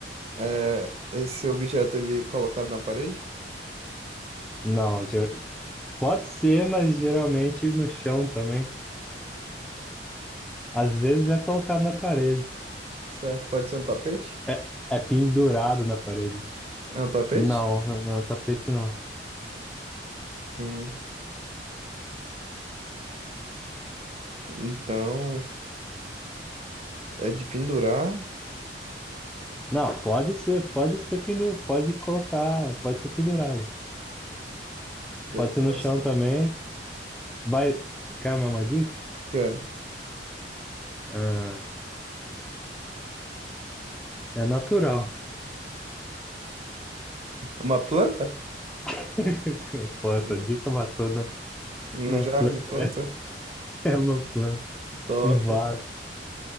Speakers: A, on the right; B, in the centre.
A: É esse objeto ele é colocado na parede?
B: não. ger- Pode ser, mas geralmente no chão também. Às vezes é colocado na parede.
A: Certo, pode ser um tapete?
B: É, é pendurado na parede.
A: É um tapete?
B: Não, no não, tapete não.
A: Hum, então é de pendurar,
B: Não, pode ser, pode ser pendurado, pode colocar, pode ser pendurado.
A: decoração.
B: Pode ser no chão também. Vai, quer uma dica?
A: Cara,
B: Ah, é natural.
A: uma planta?
B: <laughs> Pô, essa
A: Um
B: dica matou, né?
A: um
B: Uma
A: jarro
B: planta.
A: de planta?
B: <laughs> É uma planta.
A: Top.
B: Um vaso.